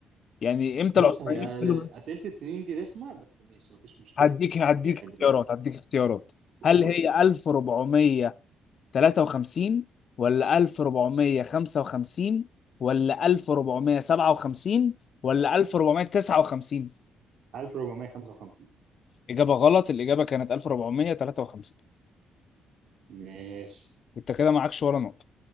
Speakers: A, on the left; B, on the right.
A: يعني امتى
B: بص
A: العثمانيين
B: هي
A: احتلوا
B: أسئلة السنين دي رخمة بس ماشي مفيش مشكلة
A: هديك هديك
B: يعني
A: اختيارات هديك اختيارات
B: قول
A: هل هي 1400 تلاتة وخمسين ولا ألف ربعمية خمسة وخمسين ولا ألف ربعمية سبعة وخمسين ولا ألف ربعمية تسعة وخمسين
B: 1455
A: إجابة غلط الإجابة كانت ألف ربعمية تلاتة وخمسين
B: ماشي
A: أنت كده معكش ولا نقطة